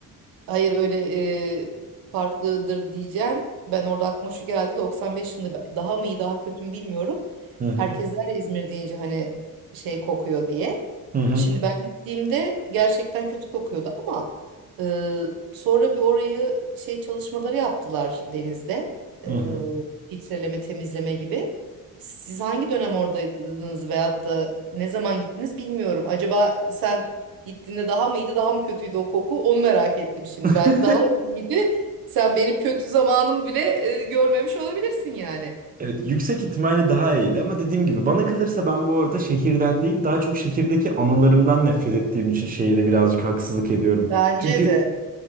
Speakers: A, on the right; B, on the right.
A: Hayır öyle e, farklıdır diyeceğim. Ben orada aklıma şu geldi 95 yılında ben- daha mı iyi daha kötü mü bilmiyorum.
B: Hı hı.
A: Herkes der ya İzmir deyince hani şey kokuyor diye.
B: Hı hı.
A: Şimdi ben gittiğimde gerçekten kötü kokuyordu ama e, sonra bir orayı şey çalışmaları yaptılar denizde. E,
B: Hı hı.
A: filtreleme temizleme gibi. Siz hangi dönem oradaydınız veyahut da ne zaman gittiniz bilmiyorum. Acaba sen Gittiğinde daha mı iyiydi, daha mı kötüydü o koku? Onu merak ettim şimdi. Belki
B: <laughs>
A: daha iyiydi. Sen benim kötü zamanımı bile e, görmemiş olabilirsin yani.
B: Evet, yüksek ihtimalle daha iyiydi ama dediğim gibi bana kalırsa ben bu arada şehirden değil daha çok şehirdeki anılarımdan nefret ettiğim için şehire birazcık haksızlık ediyorum.
A: Bence
B: Çünkü
A: de.